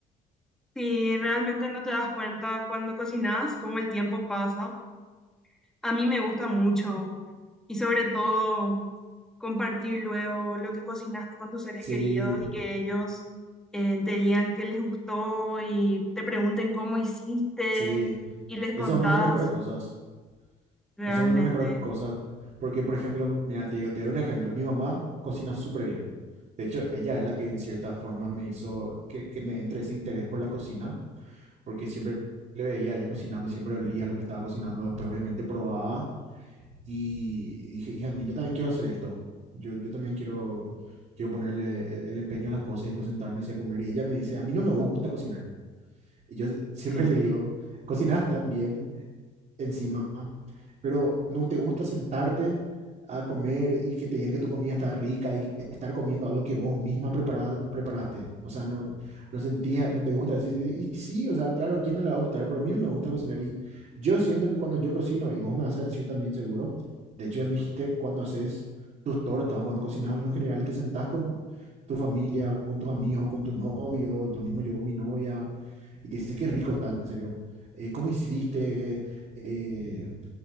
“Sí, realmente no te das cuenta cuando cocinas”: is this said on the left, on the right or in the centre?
Centre